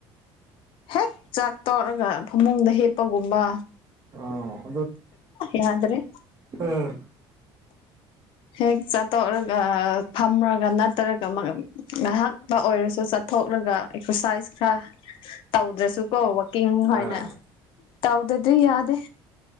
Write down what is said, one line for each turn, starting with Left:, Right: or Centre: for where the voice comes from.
Left: ꯍꯦꯛ ꯆꯥꯛ ꯇꯧꯔꯒ ꯐꯃꯨꯡꯗ ꯍꯦꯞꯄꯒꯨꯝꯕ
Right: ꯑꯥ
Left: ꯌꯥꯗ꯭ꯔꯦ
Right: ꯎꯝ
Left: ꯍꯦꯒ ꯆꯥꯊꯣꯛꯔꯒ ꯐꯝꯔꯒ ꯅꯠꯇꯔꯒ ꯑꯃꯒ ꯉꯥꯏꯍꯥꯛꯄ ꯑꯣꯏꯔꯁꯨ ꯆꯠꯊꯣꯛꯂꯒ ꯑꯦꯛꯁꯔꯁꯥꯏꯁ ꯈꯔ ꯇꯧꯗ꯭ꯔꯁꯨ ꯀꯣ ꯋꯥꯛꯀꯤꯡ ꯍꯥꯏꯅ
Right: ꯑꯥ
Left: ꯇꯧꯗꯗꯤꯗꯤ ꯌꯥꯗꯦ